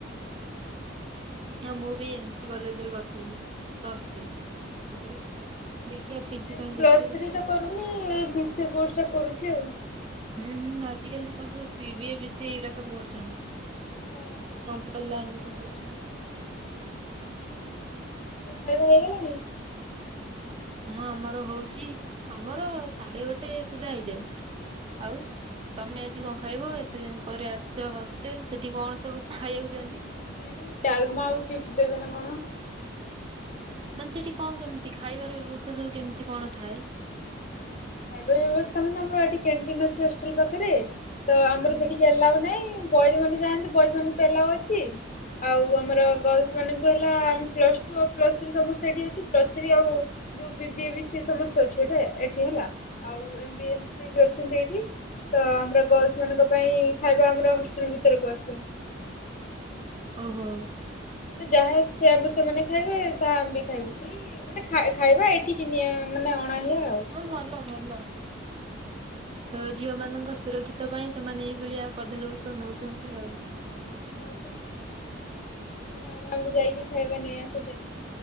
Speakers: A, on the right; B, on the left.
A: ହଁ ମୁଁ ବି ଏମସି କଲେଜ୍ ରେ କରୁଥିଲି ପ୍ଲଶ୍ ଥ୍ରୀ। ତାପରେ
B: ଆଚ୍ଛା
A: ଦେଖିବା ପିଜି ପାଇଁ
B: ପ୍ଳଶ୍
A: ଦେଖିବା
B: ଥ୍ରି
A: ଆଉ।
B: ତ କରୁନି ବିସିଏ କୋର୍ସ ଟା କରୁଛି ଆଉ।
A: ହୁଁ ହୁଁ ଆଜିକାଲି ତ ସବୁ ବିିବିଏ ବିଶିଏ ଏରା ସବୁ କରୁଛନ୍ତି।
B: ହଁ ଆଉ
A: କମ୍ପ୍ୟୁଟର୍ ଲାଇନ୍ ରେ ସବୁ ଯାଉଛନ୍ତି।
B: ବୋଉ ଖାଇବାକୁ ହେଇଗଲାଣି?
A: ହଁ ଆମର ହଉଛି ଆମର ସାଢେ ଗୋଟେ ସୁଧା ହେଇଯାଏ। ଆଉ ତମେ ଆଜି କଣ ଖାଇବ ଏତେ ଦିନ ପରେ ଆସିଛ ହଷ୍ଟେଲ୍ ସେଠି କଣ ସବୁ ଖାଇବାକୁ ଦିଅନ୍ତି।
B: ଆଜି କେଜାଣି ଡାଲମା ଆଉ ଚିପ୍ସ ଦେବେ ନା କଣ?
A: ମାନେ ସେଠି କଣ କେମିତି ଖାଇବାର ବ୍ୟବସ୍ଥା ସବୁ କେମିତି କଣ ଥାଏ?
B: ଖାଇବା ବ୍ୟବସ୍ଥା ମାନେ ଆମର ଏଠି କ୍ୟାଣ୍ଟିନ ଅଛି ହଷ୍ଟେଲ ପାଖରେ। ତ ଆମର
A: ହୁଁ
B: ସେଠି ଆଲାଉ ନାଇଁ ବଏଜ ମାନେ ଯାଆନ୍ତି ବଏଜ୍ ମାନଙ୍କୁ ଏଲାଉ ଅଛି। ଆଉ ଆମର ଗର୍ଲସ ମାନଙ୍କୁ ହେଲା ଆମେ ପ୍ଲସ୍ ଟୁ ଆଉ ପ୍ଲସ୍ ଥ୍ରୀ ସମସ୍ତ ସେଠି ଅଛି ପ୍ଲସ୍ ଥ୍ରୀ ଆଉ ଯୋଉ ବି ବି ଏ ବି ସି ଏ ସମସ୍ତେ ଅଛୁ ଏଠି ହେଲା ଏଠି ହେଲା। ଆଉ ଏମ ବି ଏ, ଏମ ସିଏ ବି ଅଛନ୍ତି ଏଠି। ତ ଆମର ଗର୍ଲସ ମାନଙ୍କ ପାଇଁ ଖାଇବା ଆମର ହସ୍ ଟେଲ ଭିତରକୁ ଆସେ।
A: ଓହୋ।
B: ମାନେ ଯାହା ସେ ଆମେ ସେମାନେ ଖାଇବେ, ତାହା ଆମେ ବି ଖାଇବୁ ଖାଲି ଲି ମାନେ ଖାଇ ଖାଇବା ଏଠିକି ନିଏ ମାନେ ଅଣାହୁଏ ଆଉ।
A: ଭଲ ଭଲ। ତ ଝିଅ ମାନଙ୍କ ସୁରକ୍ଷିତ ପାଇଁ ସେମାନେ ଏଇଭଳିଆ ପଦକ୍ଷେପ ସବୁ ନଉଛନ୍ତି ଆଉ।
B: ହଁ ପା ମ ଆରାମରେ ଯାଇକି ଖାଇବା ନେଇ ଆସୁ ଦେ